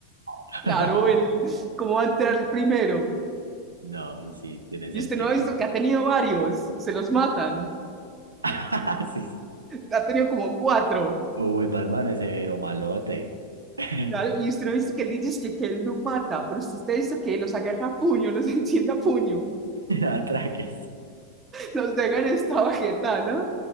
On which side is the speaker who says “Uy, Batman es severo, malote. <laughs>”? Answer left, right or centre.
Right